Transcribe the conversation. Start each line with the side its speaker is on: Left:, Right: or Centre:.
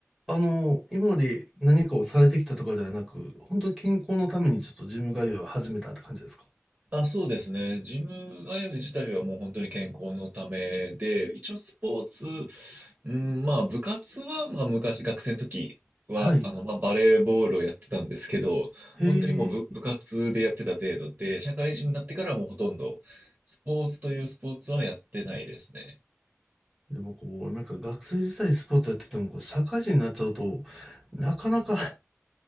Centre: あの、今まで何かをされてきたとかではなく、本当に健康のためにちょっとジム通いを始めたって感じですか
Right: あ、そうですね。ジム通い自体はもう本当に健康のためで、一応スポーツ、うん、まあ部活は、まあ昔、学生の時は、
Centre: はい。
Right: あの、まあバレーボールをやってたんですけど、
Centre: へえ。
Right: 本当にもう部、部活でやってた程度で、社会人になってからはもうほとんどスポーツというスポーツはやってないですね。
Centre: でもこう、なんか学生時代スポーツやってても、こう、社会人になっちゃうと、なかなか、